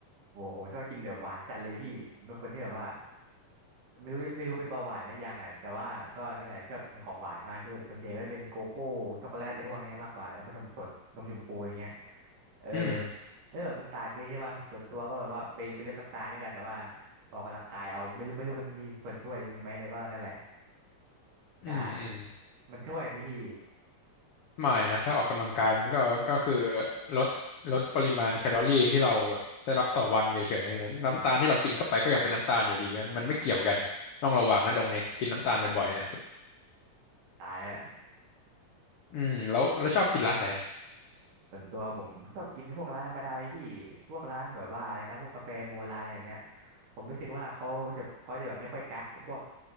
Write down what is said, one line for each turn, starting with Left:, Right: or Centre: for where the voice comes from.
Right: โอ้โหผมชอบกินแบบหวานจัดเลยพี่ผมเป็นคนที่แบบว่าไม่รู้ไม่รู้เป็นเบาหวานแล้วยังอ่ะแต่ว่าก็นั่นแหละชอบกินของหวานมากส่วนใหญ่ก็เป็นโกโก้ช็อกโกแลตอะไรพวกเนี้ยมากกว่าแล้วก็นมสดนมชมพูอย่างเงี้ยเออ
Left: อืม
Right: แล้วแบบน้ำตาลเยอะใช่ป่ะส่วนตัวก็แบบว่าไปไปลดน้ำตาลด้วยกันแต่ว่าออกกำลังกายเอาไม่รู้ไม่รู้มันมีส่วนช่วยอย่างงี้ไหมแต่ก็นั่นแหละใช่
Left: อืมอืม
Right: มันช่วยไหมพี่
Left: ไม่นะถ้าออกกำลังกายมันก็ก็คือลดลดปริมาณแคลอรี่ที่เราแบบได้รับต่อวันเฉยๆแต่น้ำตาลที่เรากินเข้าไปก็ยังเป็นน้ำตาลอยู่ดีมันมันไม่เกี่ยวกันต้องระวังนะตรงนี้กินน้ำตาลบ่อยๆเนี่ย
Right: โอเคตายแล้ว
Left: อืมแล้วแล้วชอบกินร้านไหน
Right: ส่วนตัวผมชอบกินพวกร้านธรรมดาเลยพี่พวกร้านแบบว่าอะไรนะพวกกาแฟโบราณอะไรแบบเนี้ยผมรู้สึกว่าเขาจะเขาจะแบบไม่ค่อยกักพวก